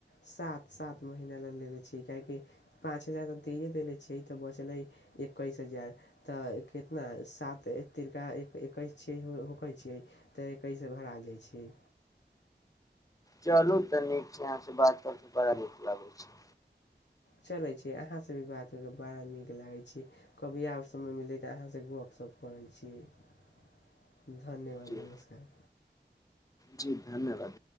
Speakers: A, on the left (about 70°); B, on the left (about 20°).
A: सात सात महीना लग लेलेे छै काहेकि पाँच हजार तऽ दैए देेले छियै तऽ बचलै एकैस हजार तऽ कितना सात तरिका एकैस छ होकै छियै तऽ एकैस भरा जाइ छै।
B: चलू तऽ नीक छै अहाँसँ बात कर कऽ बड़ा नीक लागैत छै।
A: चलै छी अहाँसँ भी बात करि कऽ बड़ा नीक लागै छै कभी आबर समय मिलतै तऽ अहाँसँ गपशप करै छीियै। धन्यवाद
B: जी
A: नमस्कार।
B: जी धन्यवाद।